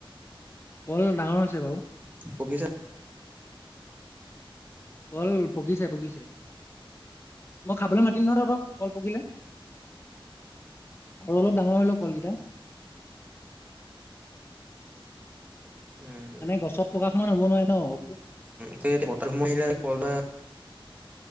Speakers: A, on the left; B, on the right.
A: কল ডাঙৰ হৈছে বাৰু।
B: পকিছে?
A: কল পকিছে, পকিছে। মই খাবলৈ মাতিম নহয় তহঁতক কল পকিলে। আৰু অলপ ডাঙৰ হৈ লওক কলকেইটা।
B: উম
A: মানে গছত প্ৰকাশ মান হ'ব নোৱাৰে ন।
B: তে <unintelligible> মহিলা কলদা